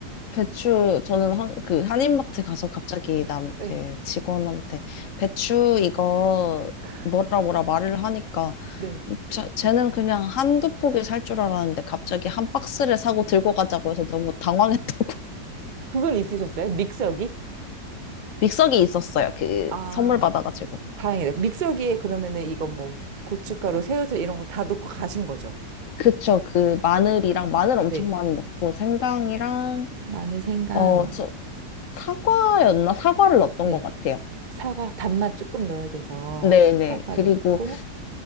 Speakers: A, on the left; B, on the right.
A: 배추 저는 한, 그 한인마트 가서 갑자기 남
B: 네,
A: 그 직원한테 배추 이거
B: 그래서-
A: 뭐라 뭐라 말을 하니까
B: 네.
A: 자, 쟤는 그냥 한두 포기 살 줄 알았는데 갑자기 한 박스를 사고 들고 가자고 해서 너무 당황했다고 <laughs>
B: 그건 있으셨어요? 믹서기?
A: 믹서기 있었어요 그
B: 아,
A: 선물 받아가지고
B: 다행이다. 믹서기에 그러면은 이거 뭐 고춧가루, 새우젓 이런 거 다 넣고 가신 거죠?
A: 그쵸 그 마늘이랑 마늘 엄청
B: 네.
A: 많이 넣고 생강이랑
B: 마늘, 생강,
A: 어 저 사과였나 사과를 넣었던
B: 네.
A: 것 같아요
B: 사과, 단맛 조금 넣어야 돼서
A: 네네
B: 사과
A: 그리고
B: 넣고,